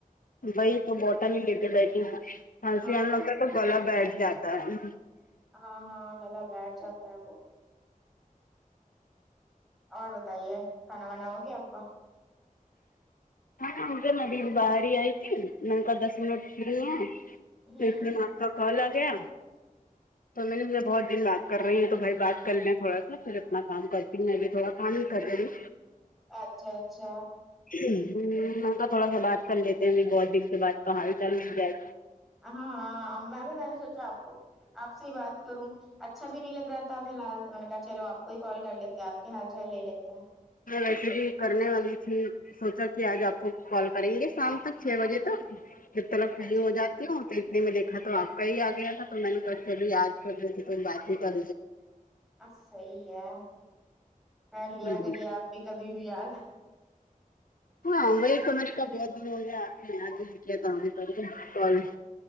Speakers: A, on the left; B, in the centre.
A: وہی تو بوٹل ہی لیکے بیٹھی ہو کھانسی
B: ہاں
A: آنا لگتا تو گلا بیٹھ جاتا ہے
B: ہاں ہاں گلہ بیٹھ جاتا ہے وہ اور بتائیے کھانا وانا ہو گیا آپ کا
A: کھانا ہو گیا میں ابھی باری آئیتی میں نے کا دس منٹ فری ہوں تو
B: ہوں
A: اس میں آپ کا کال آ گیا تو میں نے مجھے بہت دن بات کر رہی ہیں تو بھائی بات کر لیں تھوڑا سا پھر اپنا کام کرتی ہوں ابھی تھوڑا کام ہی کر رہی ہوں
B: اچھا اچھا
A: ہمم می نے تھوڑا سا بات کر لیتے ہیں ا بہت دن سے بات تو حال چال مل جائے
B: ہاں ہاں میں بھی میں نے سوچا آپ کو آپ سے ہی بات کروں اچھا بھی نہیں لگ رہا تھا فی الحال تو میں نے کہا چلو آپ کو ہی کال کر لیتے ہیں آپ کے حال چال لے لیتے ہیں
A: میں ویسے بھی کرنے والی تھی سوچا کہ آج آپ کو کال کریں گے شام تک چھ بجے تک جب تلک فری
B: اچھا
A: ہو
B: اچھا
A: جائے تو اتنے میں دیکھا تو آپ کا ہی آ گیا تھا تو میں نےو یاد کر دی تے تو بات ہی کر
B: ا صحی ہے خیال لیا
A: جی
B: کریے آپ بھی کبھی بھی یاد
A: ہاں وہی تو مہینے کہا بہت دن ہو گیا آپ نے آج ہی دیا تھا ہم کر کال